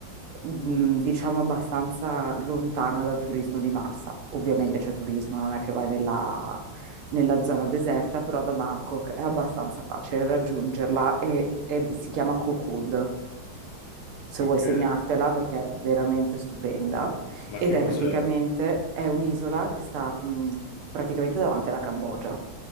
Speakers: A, on the right; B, on the left.
A: mh, diciamo, abbastanza lontana dal turismo di massa. Ovviamente c'è turismo, non è che vai nella, nella zona deserta, però da Bangkok è abbastanza facile raggiungerla e, ed si chiama Koh Kood se
B: Ok,
A: vuoi segnartela perché è veramente stupenda
B: ma
A: ed
B: che cos'è?
A: è praticamente è un'isola che sta mh, praticamente davanti alla Cambogia,